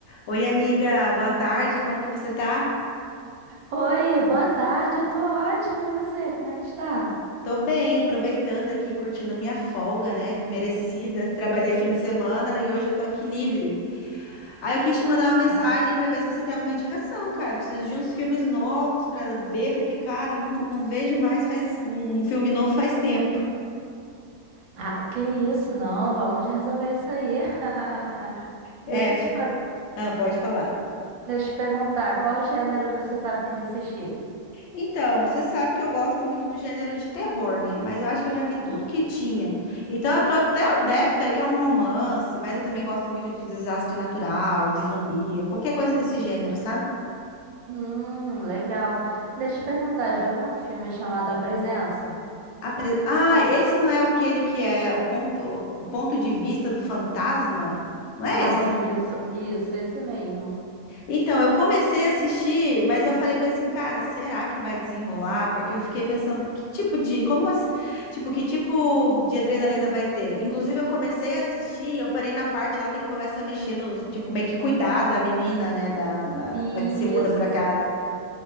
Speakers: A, on the left; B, on the right.
A: Oi, amiga, boa tarde, como que você tá?
B: Oi, boa tarde, eu tô ótima, e você, como é que está?
A: Tô bem, aproveitando aqui, curtindo a minha folga, né? Merecida. Trabalhei fim de semana e hoje eu tô aqui livre. Aí eu quis te mandar uma mensagem
B: Ah,
A: pra ver se você tem alguma indicação, cara. Eu Preciso de uns filmes novos pra ver, porque, cara, eu não, não vejo mais faz um filme novo faz tempo.
B: Ah, que isso, não, vamos resolver isso aí. <laughs>
A: É,
B: Deixa
A: f-
B: eu te, fa-
A: ah, pode falar.
B: deixa eu te perguntar, qual o gênero que você tá afim de assistir?
A: Então, você sabe que eu gosto muito do gênero de terror, né? Mas eu acho que eu já vi tudo
B: hum.
A: que tinha. Então, eu tô até adepta aí a um romance, mas eu também gosto muito de desastre natural, de zumbi, ou qualquer coisa desse gênero, sabe?
B: Hum, legal. Deixa eu te perguntar, já viu um filme chamado A Presença?
A: Apre- Ah, esse não é aquele que é o ponto, o ponto de vista do fantasma? Não é
B: Ah,
A: esse?
B: isso, isso, esse mesmo.
A: Então, eu comecei a assistir, mas eu falei bem assim, cara, será que vai desenrolar? Porque eu fiquei pensando que tipo de, como, as- tipo, que tipo de adrenalina vai ter? Inclusive, eu comecei a assistir e eu parei na parte lá que ele começa a mexer nos, tipo, meio que cuidar da menina, né, da, da,
B: Isso.
A: da que se muda pra casa.